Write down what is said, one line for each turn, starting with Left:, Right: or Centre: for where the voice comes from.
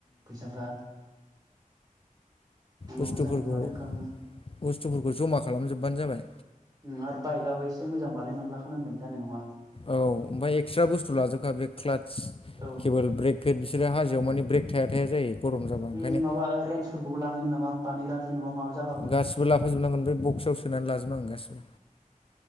Right: फैसाफ्रा नङाबा
Left: बुस्थुफोरखौ
Right: जानाय नङा दोनखानांगोन
Left: बुस्थुफोरखौ जमा खालामजोबबानो जाबाय
Right: उम आरो बाइकआबो एसे मोजां बानायनानै लाखानांगोन जानाय नंङा
Left: औ ओमफ्राय एक्सट्रा बुस्थु लाजोबखा बे क्लाथ्स
Right: औ
Left: केेबोल ब्रेक पेद बिसोरो हाजोआव माने ब्रेक थाया थाया जायो। गरम जाबा
Right: बै
Left: ओंखायनो
Right: माबा ओ रेन्सफोरखौबो लानांगोन नामा बानायग्रा जेनबा माबा जे
Left: गासिबो लाफाजोबनांगोन बे बक्सआव सोनानै लाजोबनांगोन गासिबो